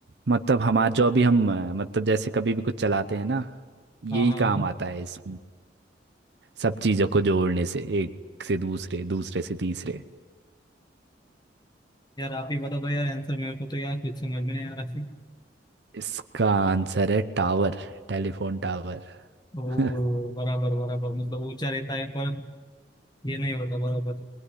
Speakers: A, on the right; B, on the left.
A: मतलब हमारा जो भी हम अ, मतलब जैसे कभी भी कुछ चलाते हैं ना यही
B: हाँ हाँ हाँ।
A: काम आता है इस सब चीज़ों को जोड़ने से एक से दूसरे दूसरे से तीसरे
B: यार आप ही बता दो यार आंसर मेरे को तो यार कुछ समझ में नहीं आ रहा है
A: इसका आंसर है टावर टेलीफोन टावर
B: ओ
A: <laughs>
B: बराबर बराबर मतलब ऊंचा रहता है पर ये नहीं होता बराबर